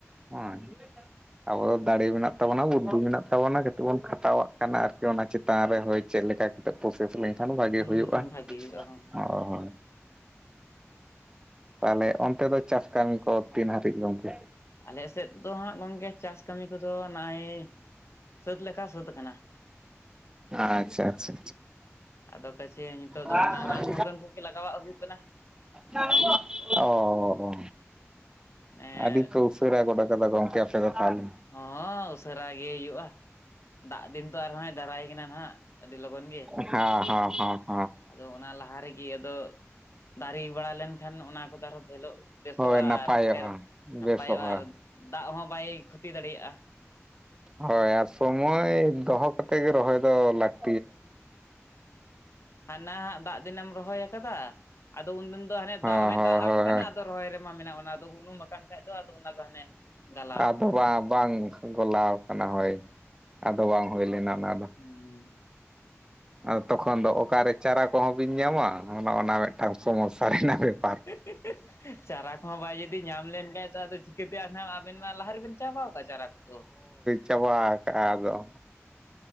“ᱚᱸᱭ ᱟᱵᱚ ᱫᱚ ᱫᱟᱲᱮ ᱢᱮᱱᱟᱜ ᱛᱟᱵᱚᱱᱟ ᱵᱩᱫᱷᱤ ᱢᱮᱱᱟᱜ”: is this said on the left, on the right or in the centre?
Right